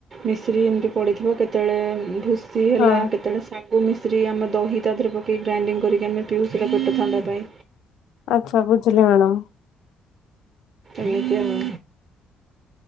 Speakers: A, on the right (about 45°); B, on the left (about 85°).
A: ମିଶ୍ରୀ ଏମିତି ପଡିଥିବ କେତେବେଳେ ଭୁସି ହେଲା
B: ହଁ
A: କେତେବେଳେ ଶା ଗୁ ମିଶ୍ରି ଆମ ଦହି ତାହରେ ପକେଇକି ଗ୍ରାଇଣ୍ଡିଙ୍ଗ କରିକି ଆମେ ପିଉଥିଲେ ପେଟ ଥଣ୍ଡା ପାଇଁ।
B: ଆଚ୍ଛା ବୁଝିଲି ମ୍ୟାଡ଼ାମ।
A: ଏମିତି ଆଉ।